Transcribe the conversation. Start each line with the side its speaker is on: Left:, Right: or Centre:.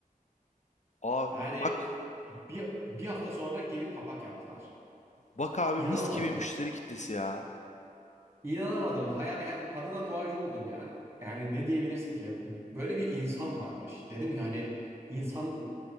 Left: Aa
Right: Yani
Left: bak.
Right: bir, bir hafta sonra gelip kapak yaptılar.
Left: Bak abi
Right: İnanamadım.
Left: mis gibi müşteri kitlesi ya.
Right: İnanamadım. Hayal, yani kadına doğacı oldum ya. Yani ne diyebilirsin ki? Böyle bir insan varmış. Dedim ya hani insan